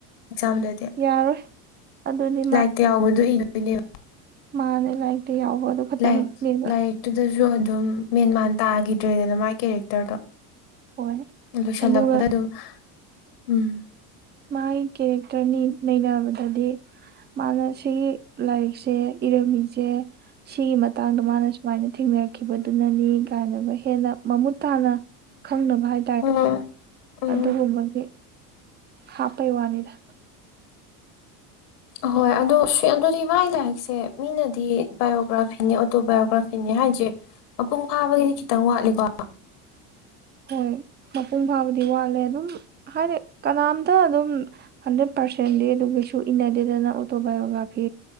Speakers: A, on the left; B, on the right.
A: ꯑꯦꯛꯖꯥꯝꯗꯗꯤ
B: ꯌꯥꯔꯣꯏ ꯑꯗꯨꯗꯤ
A: ꯂꯥꯏꯔꯤꯛꯇ ꯌꯥꯎꯕꯗꯣ ꯏꯗꯣꯏꯅꯦꯕ
B: ꯃꯥꯅꯦ ꯂꯥꯏꯔꯤꯛꯇ ꯌꯥꯎꯕ ꯑꯗꯨ ꯈꯛꯇꯅꯦꯕ
A: ꯂꯥꯏꯔꯤꯛ ꯂꯥꯏꯔꯤꯛꯇꯨꯗꯁꯨ ꯑꯗꯨꯝ ꯃꯦꯟꯃꯥꯟ ꯇꯥꯈꯤꯗ꯭ꯔꯦꯗꯅ ꯃꯥꯥꯏ ꯀꯦꯔꯦꯛꯇꯔꯗꯣ
B: ꯑꯣꯏ
A: ꯂꯣꯏꯁꯜꯂꯛꯄꯗ
B: ꯑꯗꯨꯒ
A: ꯑꯗꯨꯝ ꯎꯝ
B: ꯃꯥꯒꯤ ꯀꯦꯔꯦꯛꯇꯔꯅꯤ ꯅꯩꯅꯕꯗꯗꯤ ꯃꯥꯒ ꯁꯤꯒꯤ ꯂꯥꯏꯔꯤꯛꯁꯦ ꯏꯔꯝꯃꯤꯖꯦ ꯁꯤꯒꯤ ꯃꯇꯥꯡꯗ ꯃꯥꯅ ꯁꯨꯃꯥꯏꯅ ꯊꯦꯡꯅꯔꯛꯈꯤꯕꯗꯨꯅꯅꯦ ꯀꯥꯏꯅꯒ ꯍꯦꯟꯅ ꯃꯃꯨꯠ ꯇꯥꯅ ꯈꯪꯅꯕ ꯍꯥꯏ
A: ꯎꯝ ꯎꯝ
B: ꯑꯗꯨꯒꯨꯝꯕꯒꯤ ꯍꯥꯞꯄꯩ ꯋꯥꯅꯤꯗ
A: ꯑꯍꯣꯏ ꯑꯗꯣ ꯁꯤ ꯑꯗꯨꯗꯤ ꯃꯥꯒꯤ ꯂꯥꯏꯔꯤꯛꯁꯦ ꯃꯤꯅꯗꯤ ꯕꯥꯏꯑꯣꯒ꯭ꯔꯥꯐꯤꯅꯦ ꯑꯣꯇꯣ ꯕꯥꯏꯑꯣꯒ꯭ꯔꯥꯐꯤꯅꯦ ꯍꯥꯏꯖꯦ ꯃꯄꯨꯡ ꯐꯥꯕꯒꯤꯗꯤ ꯈꯤꯇꯪ ꯋꯥꯠꯂꯤꯀꯣ
B: ꯍꯣꯏ ꯃꯄꯨꯡ ꯐꯥꯕꯗꯤ ꯋꯥꯠꯂꯦ ꯑꯗꯨꯝ ꯍꯥꯏꯗꯤ ꯀꯅꯥꯝꯇ ꯑꯗꯨꯝ ꯍꯟꯗ꯭ꯔꯦꯠ ꯄꯥꯔꯁꯦꯟꯗꯤ ꯑꯗꯨ ꯀꯩꯁꯨ ꯏꯅꯗꯦꯗꯅ ꯑꯣꯇꯣꯕꯥꯏꯌꯣꯒ꯭ꯔꯥꯐꯤ